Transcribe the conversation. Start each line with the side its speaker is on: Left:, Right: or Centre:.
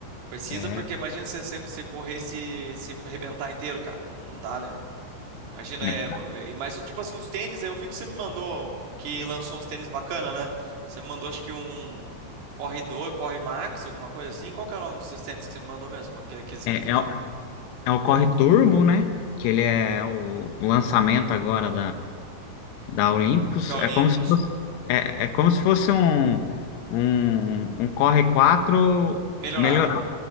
Right: Precisa,
Left: É,
Right: porque imagina você, você, você correr e se, se arrebentar inteiro, cara. Não, não dá, né? Imagina,
Left: né?
Right: é, é, mas o tipo assim, os tênis, eu vi que você me mandou, que lançou uns tênis bacana, né? Você me mandou, acho que um Corredor, Corre Max, alguma coisa assim. Qual que é o nome dos seus tênis que você me mandou mesmo? Aquele, aqueles, aquele
Left: É,
Right: que...
Left: é, o é o corre turbo, né? Que ele é o, o lançamento agora Da Olympus
Right: Da
Left: é
Right: Olímpicos,
Left: como se fosse, é, é como se fosse um, um, um Corre 4
Right: melhorado.
Left: melhorado.